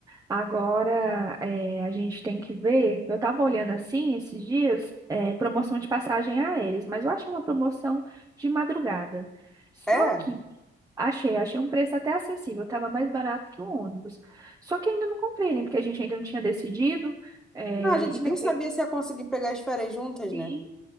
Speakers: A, on the right; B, in the centre.
A: Agora, é, a gente tem que ver. Eu estava olhando assim esses dias, é, promoção de passagem aéreas, mas eu achei uma promoção de madrugada. Só
B: É.
A: que achei, achei um preço até acessível, estava mais barato que o ônibus. Só que ainda não comprei, né? Porque a gente ainda não tinha decidido. é,
B: Não, a gente
A: e também
B: nem sabia se ia conseguir pegar as férias juntas,
A: sim
B: né?